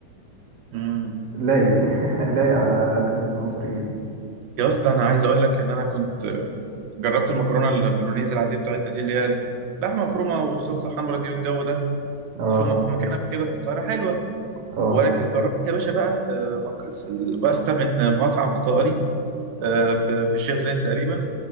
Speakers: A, on the right; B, on the right.
A: امم
B: لايق <laughs> لايق على اكل المصريين
A: يا اسطى انا عايز اقول لك ان انا كنت جربت المكرونة البولونيز العادية بتاعتنا دي اللي هي اللحمة مفرومة وصلصة حمرا دي والجو ده
B: اه
A: في م- في مكان قبل كده في القاهرة حلوة
B: اه
A: ولكن جربت يا باشا بقى آه، مك- باستا من مطعم إيطالي آه، في في الشيخ زايد تقريبا